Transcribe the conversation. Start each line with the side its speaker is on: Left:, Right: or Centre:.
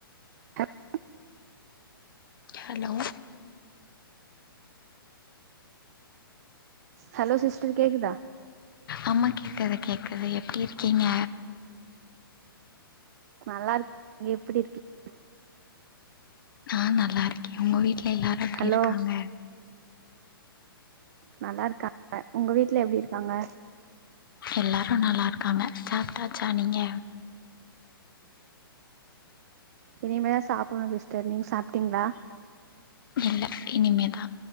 Right: <unintelligible>
Left: ஹலோ
Right: ஹலோ சிஸ்டர் கேக்குதா
Left: ஆமா கேக்குது கேக்குது எப்டி இருக்கீங்க
Right: நல்லா இருக்கு நீங்க எப்படி இருக்கீங்க
Left: நா நல்லா இருக்கே உங்க வீட்ல எல்லாரு எப்டி
Right: ஹலோ
Left: இருக்காங்க
Right: நல்லா இருக்காங்க உங்க வீட்ல எப்டி இருக்காங்க
Left: எல்லாரு நல்லா இருக்காங்க சாப்ட்டாச்சா நீங்க
Right: இனிமேதா சாப்புண்ணு சிஸ்டர் நீங் சாப்ட்டீங்ளா
Left: இல்ல இனிமேதா